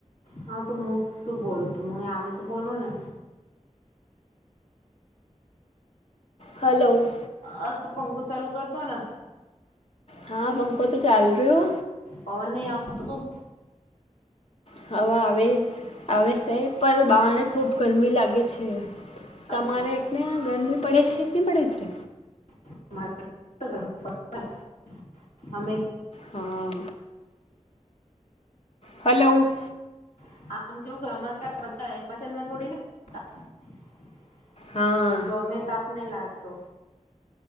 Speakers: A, on the left; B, on the left.
A: હા તો મુ શું બોલતું આમે તો બોલો ને.
B: હલો.
A: આ તો પંખો ચાલુ કરદો ને.
B: હા પંકો તો ચાલ રહ્યો.
A: પવન નહી આવ. <inaudible>
B: હવા આવે આવે છે, પર બહાણે ખૂબ ગરમી લાગે છે. તમારે
A: આમ
B: એટને ગરમી પડે છે એટની પડે છે.
A: <unintelligible> અમે.
B: હા. હલો.
A: <unintelligible>
B: હા
A: જમે તાપ ને લાગતો.